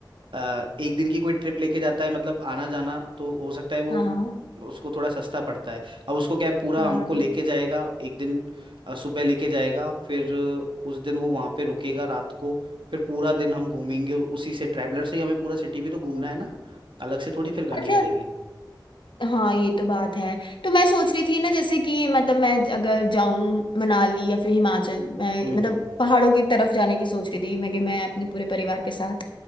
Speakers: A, on the right; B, on the left.
A: अ, एक दिन की कोई ट्रिप लेके जाता है मतलब आना जाना तो हो सकता है वो
B: हाँ
A: उसको थोड़ा सस्ता पड़ता है अब उसको क्या है पूरा
B: हाँ
A: हमको लेके जाएगा एक दिन अ, सुबह लेके जाएगा फिर अ, उस दिन वो वहां पे रुकेगा रात को फिर पूरा दिन हम घूमेंगे उसी से ट्रैवलर से ही हमें पूरा सिटी भी तो घूमना है ना अलग से थोड़ी फिर गाड़ी
B: अच्छा
A: करेंगे
B: हाँ ये तो बात है तो मैं सोच रही थी ना जैसे कि मतलब मैं अगर जाऊं मनाली या फिर हिमाचल मैं
A: हम्म
B: मतलब पहाड़ों की तरफ जाने की सोच रही थी मैं कि मैं अपने पूरे परिवार के साथ